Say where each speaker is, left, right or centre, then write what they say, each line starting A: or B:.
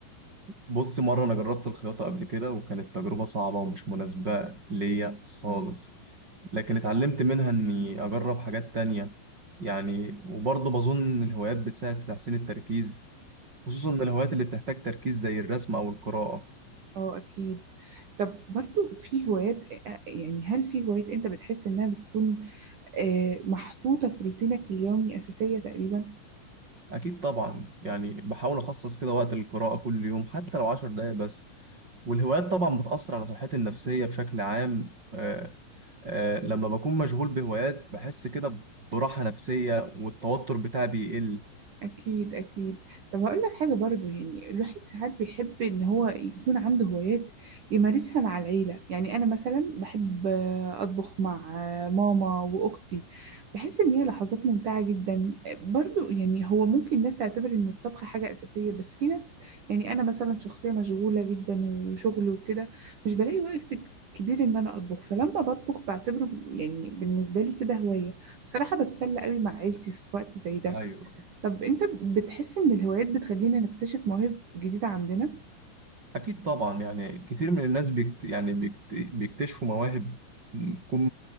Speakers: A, on the right (about 20°); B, on the right (about 40°).
A: بص مرة أنا جربت الخياطة قبل كده وكانت تجربة صعبة ومش مناسبة ليا خالص
B: آه.
A: لكن اتعلمت منها إني أجرب حاجات تانية يعني وبرضه بظن إن الهوايات بتساعد في تحسين التركيز خصوصا إن الهوايات اللي بتحتاج تركيز زي الرسم أو القراءة
B: اه اكيد طب برضو في هوايات آه، آه، يعني هل في هوايات انت بتحس انها بتكون آه، محطوطة في روتينك اليومي اساسية تقريبا
A: أكيد طبعا يعني بحاول أخصص كده وقت للقراءة كل يوم حتى لو عشر دقايق بس والهوايات طبعا بتأثر على صحتي النفسية بشكل عام آه آه لما بكون مشغول بهوايات بحس كده براحة نفسية والتوتر بتاعي بيقل
B: أكيد أكيد طب هقول لك حاجة برضو يعني الواحد ساعات بيحب إن هو يكون عنده هوايات يمارسها مع العيلة يعني أنا مثلا بحب آه، أطبخ مع آه، ماما وأختي بحس إن هي لحظات ممتعة جدا آه، برضو يعني هو ممكن ناس تعتبر إن الطبخ حاجة أساسية بس في ناس يعني أنا مثلا شخصية مشغولة جدا وشغل وكده مش بلاقي وقت ك- كبير إن أنا أطبخ فلما بطبخ بعتبره يعني بالنسبة لي كده هواية بصراحة بتسلى قوي مع عيلتي في وقت زي ده
A: أيوه
B: طب انت بتحس ان الهوايات بتخلينا نكتشف مواهب جديدة عندنا؟
A: أكيد طبعا يعني كتير من الناس بيكت يعني بيكت بيكتشفوا مواهب بتكون